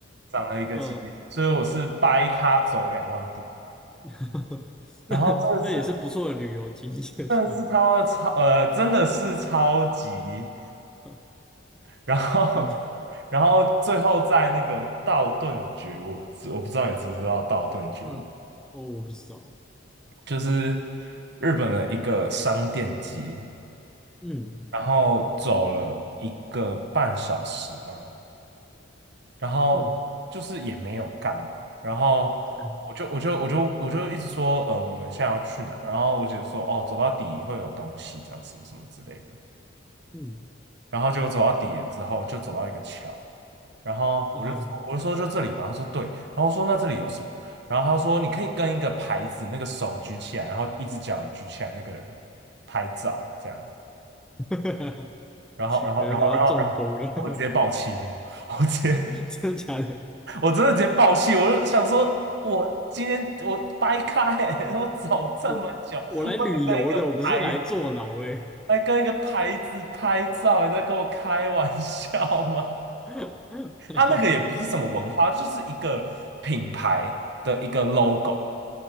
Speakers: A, on the right (about 60°); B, in the centre.
A: 长了一个鸡眼，
B: 嗯，
A: 所以我是掰咖走两万步。
B: <laughs>
A: 然后真的是，
B: 那那也是不错的旅游经验啊，
A: 真的是他妈超，呃，真的是超级。
B: <laughs>
A: 然后，
B: 很
A: <laughs> 然后最后在那个道顿崛，我我不知道你知不知道道顿崛，
B: 嗯，哦，我不知道，
A: 就是日本的一个商店街，
B: 嗯
A: 然后走了一个半小时嘛，然后就是也没有干嘛，
B: 嗯
A: 然后我就我就我就我就一直说，
B: 嗯
A: 呃，我们现在要去哪？然后我姐说，哦，走到底会有东西，这样什么什么之类的。
B: 嗯，
A: 然后就走到底了之后，就走到一个桥，然后我就说我就说就这里吗？
B: 啊，
A: 他说对，然后我说那这里有什么？然后他说你可以跟一个牌子，那个手举起来，然后一只脚也举起来，那个人拍照这样。
B: <laughs> 感
A: 然后然后然后然后然后我直接爆气，
B: 觉你要中风了，<laughs>
A: <laughs> 我直接
B: 真的假的？
A: 我真的直接爆气，我就想说我今天我掰开、欸，我走这么久，
B: 我我来旅游的，
A: 为了跟一个牌。
B: 我不是来坐牢哎、欸。
A: 还跟一个牌子拍照，你在跟我开玩笑吗？
B: <laughs>
A: 它那个也不是什么文化，就是一个品牌的一个 logo，